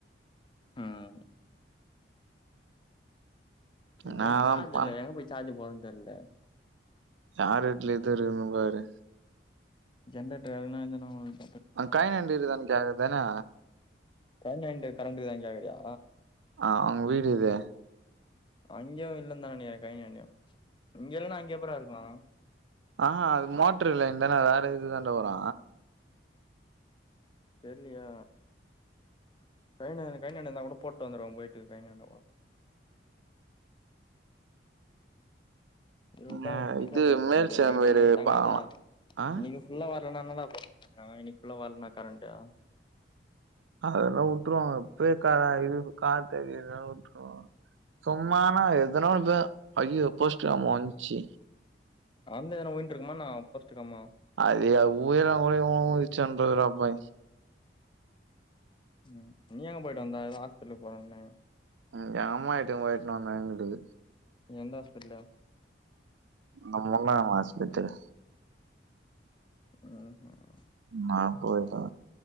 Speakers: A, on the left; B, on the right.
A: ம் இதுல
B: என்னாதா
A: வேற சார்ஜ்
B: பண்ண
A: இல்ல எங்க போய் சார்ஜ் போட்றதுன்னு தெர்ல
B: யார் வீட்ல இது இருக்குனு பாரு
A: ஜெனரேட்டர் எதனா எங்கனா ஓடு
B: அங்க கடைய்னாண்ட இருக்குதானு கேக்க வேண்டியதானா
A: கடைய்னாண்ட கரண்ட் இருக்குதானு கேக்றியா
B: ஆ அவங்க வீடு எது
A: அங்கையு இல்லன்னுதானே இருக்காங்க அங்கயு இங்க இல்லனா அங்க எப்புட்றா இருக்கு
B: ஆ அது மோட்ரு லையன்தான வேற இதுதான்டா வரு
A: தெரிலயே கடைனு கடைனுயாண்ட இந்தா கூட போட்டு வந்துருவ போய்ட்டு கடையினாண்ட கூட இருவதுதா
B: அ
A: இருக்கு ஸ்விட்ச்
B: இது
A: ஆஃப் ஆயிடு போலக்குது
B: மேல் சேம்பேடு
A: நைட் வரைக்கு தாங்காதா
B: பாக்கலாம். ஆ
A: இன்னிக்கு ஃபுல்லா வர்லனா என்னடா பண்ணுவ நா இன்னிக்கு ஃபுல்லா வரலனா கரண்ட்டு
B: அதல்லா உட்ருவாங்க இப்யே க இது காத்து அடிக்கிறனால உட்ருவாங்க சும்மானா எதனா ஒரு இது ஐயோ போஸ்ட்ருவாமா ஒடஞ்ச்சி
A: கரண்ட் எதனா வுழுந்துட்டு இருக்குமா என்னா போஸ்ட் கம்பம்
B: அது எ வுழனாக்கூட இவுனுவோ வுழுஞ்சிச்சின்ற போறானுங்க
A: ம் நீ எங்க போயிட்டு வந்த ஏதோ ஹாஸ்பிட்டலுக்கு போறன்னு
B: ம் எங் அம்மாவ இட்னு போயி இட்னு வந்த எங்க வூட்டுக்கு
A: எந்த ஹாஸ்பெடிட்டலா
B: அந்த முன்னா ஆஸ்பெத்திரி
A: ம் ஹும்
B: நா போயிட்டே